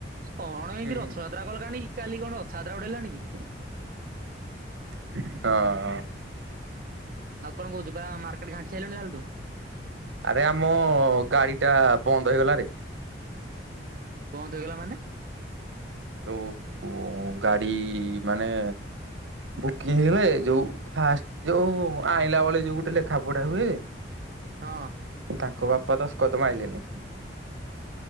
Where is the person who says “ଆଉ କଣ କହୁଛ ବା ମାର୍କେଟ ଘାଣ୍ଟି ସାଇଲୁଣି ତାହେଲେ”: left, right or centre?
Right